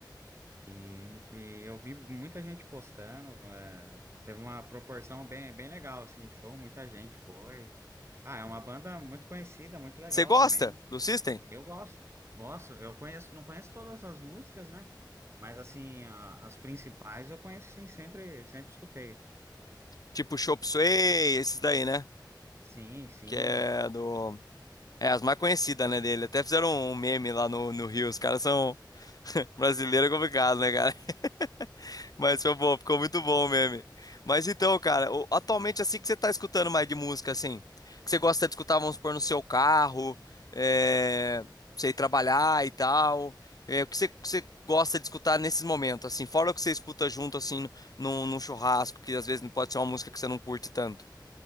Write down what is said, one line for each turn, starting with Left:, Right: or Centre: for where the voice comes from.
Right: e, e eu vi muita gente postando, é, teve uma proporção bem, bem legal, assim, o show, muita gente foi. Ah, é uma banda muito conhecida, muito legal
Left: Você gosta
Right: também.
Left: do System?
Right: Eu gosto, gosto, eu conheço, não conheço todas as músicas, né? Mas, assim, a- as principais eu conheço, sim, sempre, sempre escutei.
Left: Tipo Chop Suey, esses daí, né?
Right: Sim, sim.
Left: que é do. É, as mais conhecidas, né, dele. Até fizeram um meme lá no, no Rio. Os caras são. <laughs> Brasileiro é complicado, né, cara? <laughs> Mas foi bom, ficou muito bom o meme. Mas então, cara, o- atualmente assim que você tá escutando mais de música, assim, que você gosta de escutar, vamos supor, no seu carro, é, pra você ir trabalhar e tal, é, o que você, que você gosta de escutar nesses momentos, assim, fora o que você escuta junto, assim, num, num churrasco, que às vezes não pode ser uma música que você não curte tanto.